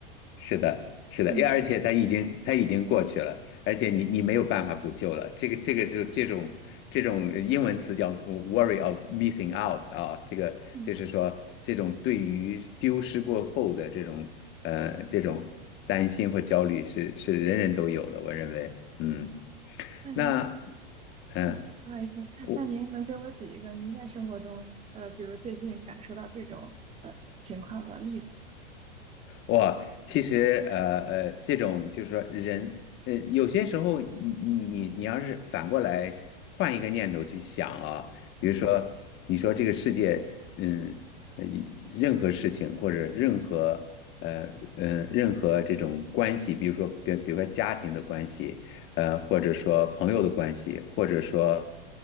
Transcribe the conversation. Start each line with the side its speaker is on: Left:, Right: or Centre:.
Left: 是的，是的，
Right: 嗯
Left: 也而且它已经它已经过去了，而且你你没有办法补救了。这个这个是这种这种英文词叫 worry of missing out 啊，这个就是说这种对于丢失过后的这种呃这种担心或焦虑是是人人都有的，
Right: 嗯，
Left: 我认为，嗯，
Right: 那您？
Left: 那嗯、
Right: 嗯，
Left: 呃
Right: 不好意思，
Left: 我
Right: 那您能给我举一个您在生活中，呃，比如最近感受到这种呃情况的例子？
Left: 哇，其实呃呃，这种就是说人，呃，有些时候你你你你要是反过来换一个念头去想啊，比如说你说这个世界，嗯，呃任何事情或者任何呃呃任何这种关系，比如说比比如说家庭的关系，呃，或者说朋友的关系，或者说